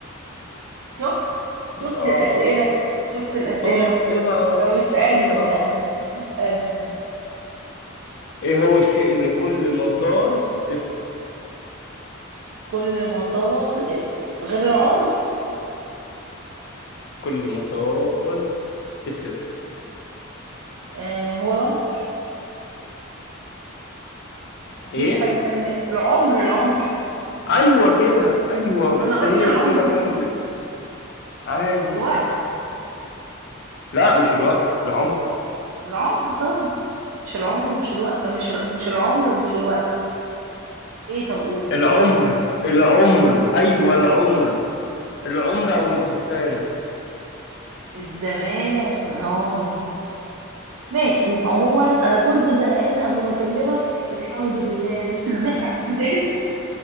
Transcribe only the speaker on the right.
شفت شفت
الأسئلة
شفت الأسئلة
طب اسألني
اسألني
اسألني
كل ما طال غير العمر
آه هو العمر مفيش
حاجة تانية العمر العمر
وانا
قلت
العمر
والله
الوقت
العمر طيب مش العمر مش الوقت مش ال- مش العمر ومش الوقت ايه طب قول
الزمان اه ماشي عموما انا كنت زهقانه قبل ما اكلمك الحمد لله يعني مش الزهق <laughs> زاد